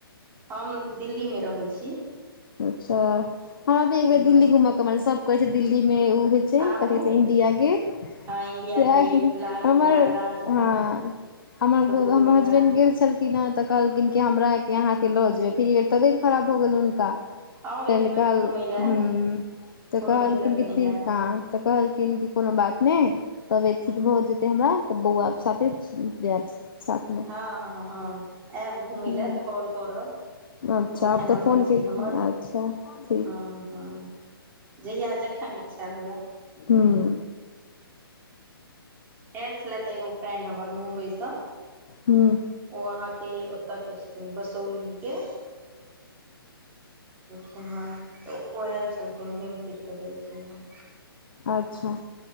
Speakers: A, on the right; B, on the left.
A: हम दिल्ली मे रहै छी
B: अच्छा हमरा भी एक
A: हँ
B: बेर दिल्ली घूमे के मन सब कहै छै दिल्ली मे ओ
A: आबू
B: <unintelligible> इंडिया गेट सेह
A: हँ इण्डिया गेट लाल
B: हमर
A: किला राजघाट
B: हॅं हमर
A: कुतुब
B: हमर
A: मीनार
B: हसबैंड गेल छलखिन एलखिन है तऽ कहलखिन कि हमरा के अहाँके लऽ जेबै फेर तबियत खराब भऽ गेलेन हुनका
A: आउ एक
B: त
A: बेर
B: कहल
A: घुमय लए
B: हुं तऽ
A: कोनो
B: कहल
A: दिक्कत
B: <unintelligible>
A: नहि हैत
B: तऽ कहलखिन कि कोनो बात नै तबियत ठीक भऽ जेतै हमरा तऽ बौआ साथे जेएब साथे
A: हाँ हाँ हाँ ऐब घुमैय
B: हूँ
A: लऽ त कॉल करब
B: अच्छा
A: इहे
B: आब
A: नंबर
B: तऽ फोन
A: ‌ छी
B: के
A: हमर
B: अच्छा ठीक
A: हाँ हाँ जहिया जखन इच्छा हुए
B: हुॅं
A: एल छलेत एगो फ्रेंड हमर मुम्बई स
B: हुॅं
A: ओ अहाँके ओतय के छै बसौली के <unintelligible> ओ एल छलखिन घुइम फिर ‌कऽ गेलखिन हन
B: अच्छा